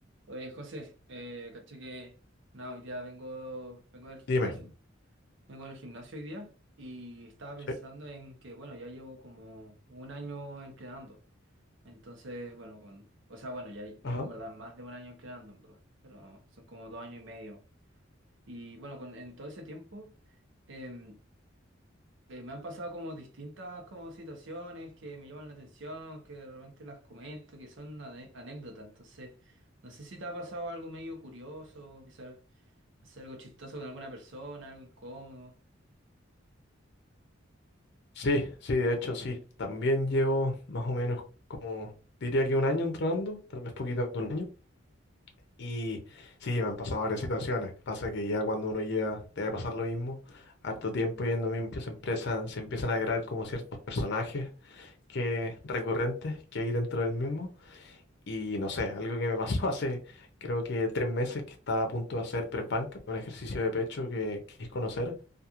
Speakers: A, on the right; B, on the left.
A: Oye, José, eh, caché que nada, hoy día vengo, vengo del gimnasio.
B: Dime.
A: Vengo del gimnasio hoy día y estaba pensando
B: Sí.
A: en que, bueno, ya llevo como un año entrenando. Entonces, bueno, con, o sea, bueno, ya llevo
B: Ajá.
A: en verdad más de un año entrenando, en verdad, pero son como dos años y medio. Y bueno, con, en todo ese tiempo, em, eh, me han pasado como distintas como situaciones que me llaman la atención, que de repente las comento, que son ane- anécdotas. Entonces, no sé si te ha pasado algo medio curioso, quizás, no sé, algo chistoso con alguna persona, algo incómodo.
B: Sí, sí, de hecho sí. También llevo más o menos como, diría que un año entrenando, tal vez poquito más de un año. Y sí, me han pasado varias situaciones. Pasa que ya cuando uno llega, debe pasar lo mismo. Harto tiempo yendo mismo, que se empiezan, se empiezan a crear como ciertos personajes que recurrentes que hay dentro del mismo. Y no sé, algo que me pasó <laughs> hace creo que tres meses que estaba a punto de hacer press banca, un ejercicio de pecho que quis conocer.